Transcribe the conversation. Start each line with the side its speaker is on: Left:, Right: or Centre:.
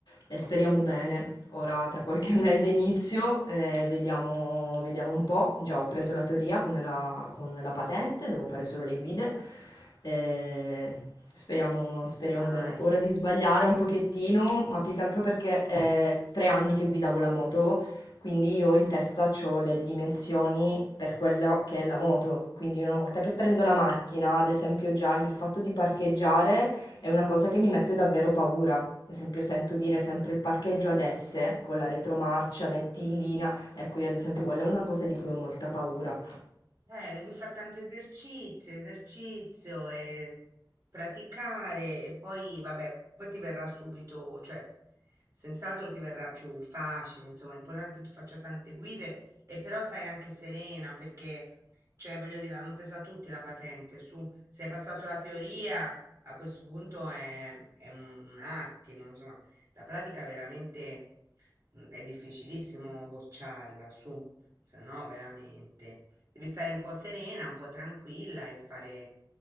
Left: e speriamo bene. Ora tra qualche <laughs> mese inizio, eh, vediamo, vediamo un po'. Già ho preso la teoria come la- con la patente, devo fare solo le guide. eh, Speriamo, speriamo
Right: dai.
Left: bene. Ho paura di sbagliare un pochettino, ma più che altro perché è tre anni che guidavo la moto quindi io in testa c'ho le dimensioni per quello che è la moto, quindi una volta che prendo la macchina, ad esempio già il fatto di parcheggiare è una cosa che mi mette davvero paura. Ad esempio sento dire sempre il parcheggio ad S con la retromarcia, mettillina. Ecco, io ad esempio quella è una cosa di cui ho molta paura.
Right: Eh, devi fare tanto esercizio, esercizio e praticare e poi, vabbè, poi ti verrà subito, cioè, senz'altro ti verrà più facile, insomma, l'importante è che tu faccia tante guide e però stai anche serena perché, cioè, voglio dire, hanno presa tutti la patente, su, se hai passato la teoria, a questo punto è, è un attimo, insomma, la pratica veramente mm, è difficilissimo bocciarla, su, se no veramente devi stare un po' serena, un po' tranquilla e fare,